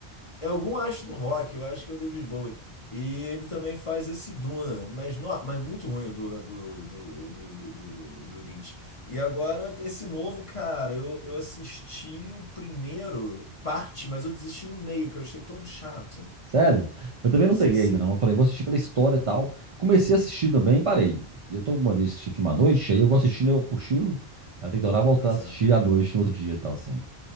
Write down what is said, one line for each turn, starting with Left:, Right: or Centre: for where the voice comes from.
Left: É algum astro do rock, eu acho que é o David Bowie. E ele também faz esse Duna, mas, no, mas muito ruim o Duna do, do, do, do, do- do Lynch. E agora, esse novo, cara, eu, eu assisti o primeiro parte, mas eu desisti no meio, que eu achei tão chato.
Right: sério. Eu também
Left: Eu não
Right: não
Left: sei
Right: peguei
Left: se.
Right: ainda, não. Eu falei, vou assistir pela história e tal. Comecei a assistir também e parei. Eu tô com mania de assistir filme à noite, aí eu vou assistindo, eu cochilo. Aí eu tenho que tornar a voltar
Left: Pois
Right: a assistir
Left: é.
Right: à noite no outro dia e tal, assim.